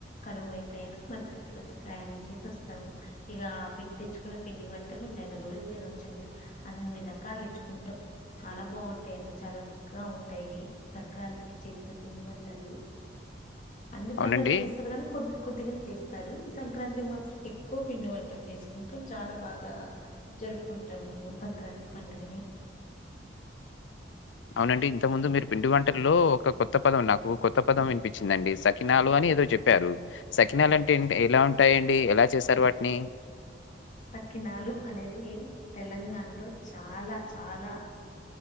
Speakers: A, on the left; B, on the left.
A: కనుమ అయిపోయాక మరుసటి రోజు ప్రయాణం చేసి వస్తాము ఇగ పిపిచ్చుకొని పిండి వంటలు నెల రోజులు దినొచ్చండి అన్ని రకాలు తెచ్చుకుంటాం చాలా బాగుంటాయండీ చాలా రుచిగా ఉంటాయి సంక్రాంతికి చేసిన పిండి వంటలు అన్ని పండగలు
B: అవునండి.
A: చెస్రూ గానీ కొద్ది కొద్దిగానే చేస్తారు ఈ సంక్రాంతికి మాత్రం ఎక్కువ పిండి వంటలు చేస్కుంటాం చాలా బాగా జరుపుకుంటాం మేము సంక్రాంతి పండుగని
B: అవునండి ఇంత ముందు మీరు పిండి వంటల్లో ఒక కొత్త పదం నాకు కొత్త పదం వినిపించిందండి సకినాలు అని ఏదో జెప్ ప్పారు సకినాలు అంటే ఏంటి ఎలా ఉంటాయండి ఎలా చేశారు వాటిని
A: సాక్కినాలు అనేదీ తెలంగాణలో చాలా చాలా